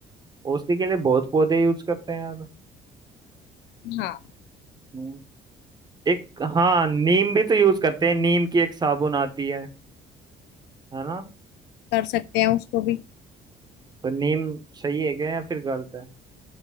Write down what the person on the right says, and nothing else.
औषधि के लिए बहुत पौधे यूज करते हैं यार
हम्म, एक हाँ नीम भी तो यूज करते हैं नीम की एक साबुन आती है है ना
तो नीम सही है क्या या फिर गलत है